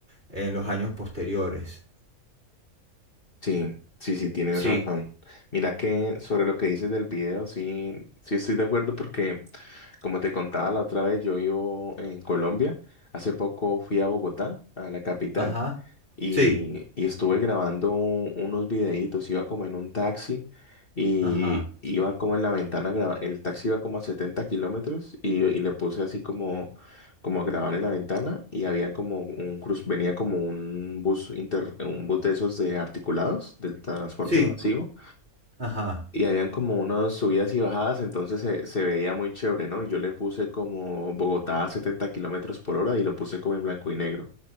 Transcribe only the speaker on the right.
en los años posteriores.
Sí.
Ajá.
Sí.
Ajá.
Sí.
Ajá.